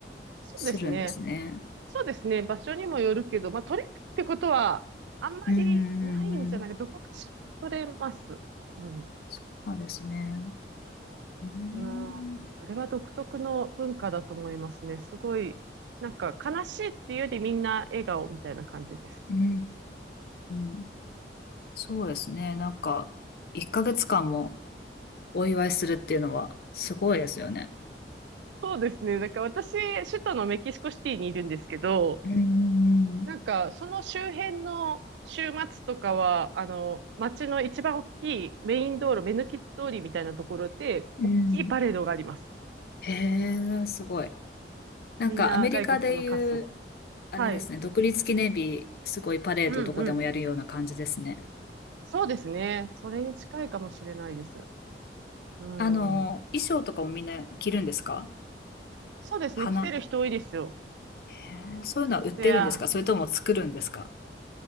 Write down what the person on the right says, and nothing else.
そうですね。
そうですね。場所にもよるけど、まあ、取れるってことはあんまりないんじゃないか、
どこかしら取れます。うん。
うん。あれは独特の文化だと思いますね。すごい、なんか悲しいっていうよりみんな笑顔みたいな感じです。
そうですね。なんか私、首都のメキシコシティにいるんですけど、
なんか、その周辺の週末とかは、あの、街の一番大きいメイン道路、目抜き通りみたいなところで、
大きいパレードがあります。
みんな骸骨の仮装。
はい。
うんうん。そうですね。それに近いかもしれないです。うん。
そうですね。
来てる人多いですよ。
で、あ